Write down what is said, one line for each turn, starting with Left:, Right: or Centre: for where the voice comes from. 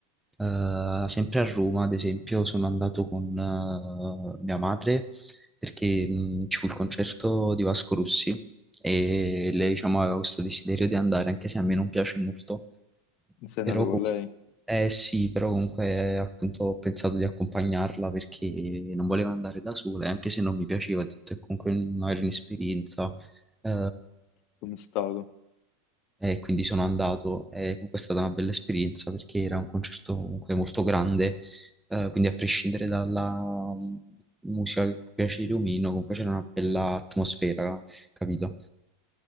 Centre: eh, sempre a Roma, ad esempio, sono andato con eh, mia madre perché mh, ci fu il concerto di Vasco Rossi e lei, diciamo, aveva questo desiderio di andare, anche se a me non piace molto.
Left: Sei andato
Centre: Però,
Left: con
Centre: com-
Left: lei?
Centre: eh sì, però comunque eh, appunto ho pensato di accompagnarla perché non volevo andare da sola, e anche se non mi piaceva, ho detto è comunque un- magari un'esperienza. eh,
Left: Come è stato?
Centre: e quindi sono andato e comunque è stata una bella esperienza perché era un concerto comunque molto grande, eh, quindi a prescindere dalla mm, musica che può piacere o meno, comunque c'era una bella atmosfera, capito?